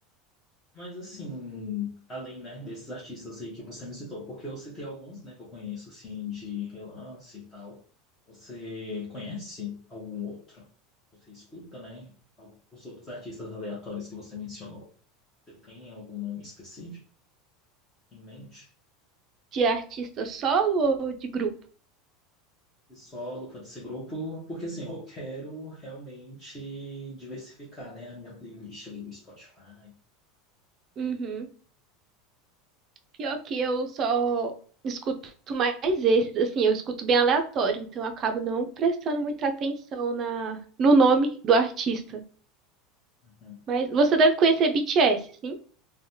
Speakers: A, on the left; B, on the right.
A: mas assim, além, né, desses artistas aí que você me citou, porque eu citei alguns, né, que eu conheço, assim, de relance e tal. Você conhece algum outro? Você escuta, né, al- os outros artistas aleatórios que você mencionou? Você tem algum nome específico em mente?
B: De artista solo ou de grupo?
A: De solo, pode ser grupo, porque assim, eu quero realmente diversificar, né, a minha playlist ali do Spotify.
B: Uhum. Pior que eu só escuto mais esses, assim, eu escuto bem aleatório, então eu acabo não prestando muita atenção na no nome do artista.
A: Uhum.
B: Mas você deve conhecer BTS, sim?